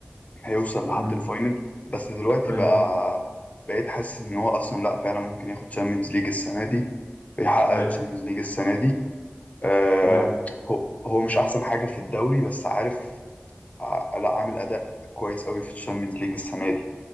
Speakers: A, on the left; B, on the left.
A: هيوصل لحد
B: مم.
A: الفاينل بس دلوقتي
B: اي
A: بقى بقيت حاسس ان هو اصلا لا فعلا ممكن ياخد تشامبيونز ليج السنة دي بيحقق
B: اي
A: تشامبيونز ليج السنة دي آه
B: اي
A: هو هو مش احسن حاجة في الدوري بس عارف ع- لا عامل اداء كويس قوي في الشامبيونز ليج السنه دي